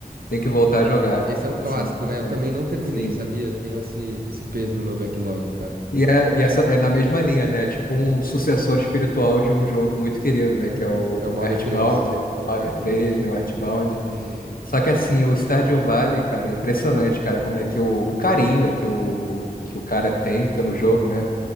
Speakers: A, on the left; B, on the right.
A: tenho que voltar a jogar.
B: Esse é um
A: Assim,
B: clássico, né? Eu
A: é,
B: também não terminei,
A: sim.
B: sabia? Tenho esse, esse peso no meu backlog, cara.
A: E, é, e essa é na mesma linha, né? Tipo um sucessor espiritual de um jogo muito querido, né? Que é o
B: Que é o Modern
A: Earthbound,
B: 3.
A: né?
B: Aham.
A: Mother 3, né? O Earthbound.
B: Uhum.
A: Só que assim, o Stardew Valley, cara, é impressionante, cara, como é que o, o carinho que o, que o cara tem pelo jogo, né?